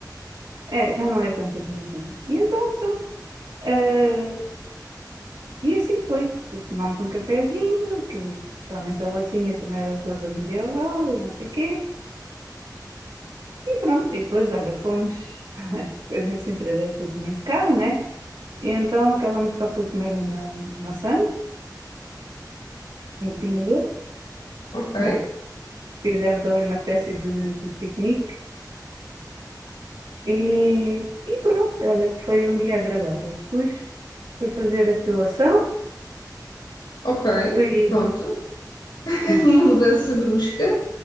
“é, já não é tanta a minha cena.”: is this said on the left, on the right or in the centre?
Right